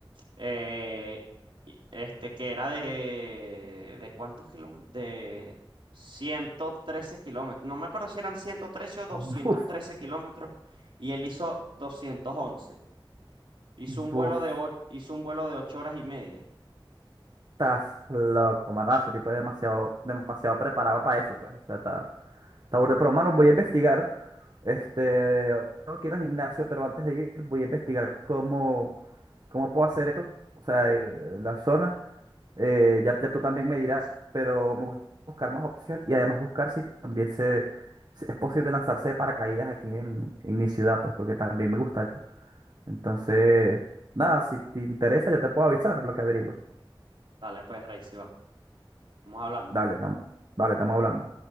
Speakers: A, on the right; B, on the right.
A: eh, y- este que era de, ¿de cuántos kilómetros? De 113 kilómetros, no me acuerdo si eran 113 o doscientos
B: Buf,
A: trece kilómetros, y él hizo 211, hizo un
B: buf,
A: vuelo de, o- hizo un vuelo de 8 horas y media.
B: estás loco, mano. Ese tipo es demasiado, demasiado preparado para eso, pues. O sea, está, está burda. Pero, mano, voy a investigar. Este, no quiero ir al gimnasio, pero antes de ir voy a investigar cómo, cómo puedo hacer esto. O sea, eh, la zona. Eh, ya, ya tú también me dirás, pero me gusta buscar más opciones y además buscar si también se, si es posible lanzarse de paracaídas aquí en, en mi ciudad, pues porque también me gustaría. Entonces, nada, si te interesa, yo te puedo avisar lo que averigüe.
A: Dale, pues, Rey, si va, estamos hablando.
B: Dale, tam- dale, estamos hablando.